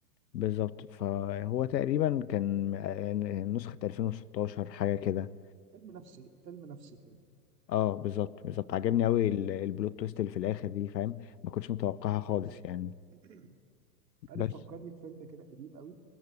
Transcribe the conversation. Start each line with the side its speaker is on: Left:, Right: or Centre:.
Left: بالظبط فهو تقريبا كان آه، نسخة 2016 حاجة كده
Right: فيلم نفسي فيلم نفسي كده
Left: اه بالظبط بالظبط عجبني قوي
Right: اه
Left: البلوت تويست اللي في الاخر دي فاهم ما كنتش متوقعها خالص
Right: بالظبط
Left: يعني
Right: <clears throat> عارف
Left: بس
Right: فكرني بفيلم كده قديم قوي